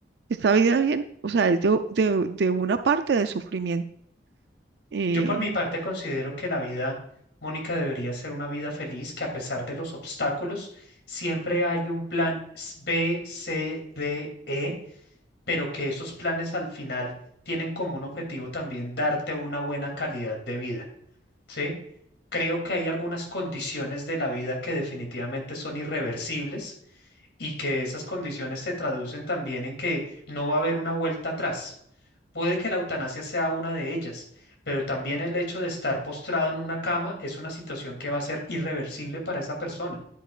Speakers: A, on the right; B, on the left.
A: esta vida bien, o sea, es de, de- de una parte de sufrimiento. Y
B: Yo por mi parte considero que la vida, Mónica, debería ser una vida feliz, que a pesar de los obstáculos, siempre hay un plan s- B, C, D, E, pero que esos planes al final tienen como un objetivo también darte una buena calidad de vida. ¿sí? Creo que hay algunas condiciones de la vida que definitivamente son irreversibles y que esas condiciones se traducen también en que no va a haber una vuelta atrás. Puede que la eutanasia sea una de ellas, pero también el hecho de estar postrado en una cama es una situación que va a ser irreversible para esa persona